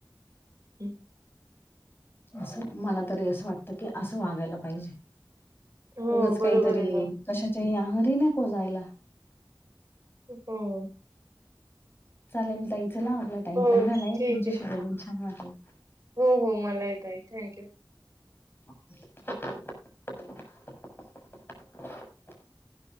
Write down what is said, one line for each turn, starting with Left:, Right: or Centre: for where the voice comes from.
Right: हम्
Left: असं मला तरी असं वाटतं की असं वागायला पाहिजे
Right: हो
Left: उगच
Right: बरोबर
Left: काहीतरी
Right: आहे ना
Left: कशाच्या ह आहारी नाही कोो जायला
Right: होम
Left: चालेल त च ना आपला टाइम
Right: हो
Left: पण झालाय
Right: ठीक
Left: तुमच्या
Right: आहे
Left: शिवाडून छान वाटलं
Right: हो हो मलाहीेत आहे थँक यू
Left: <inaudible>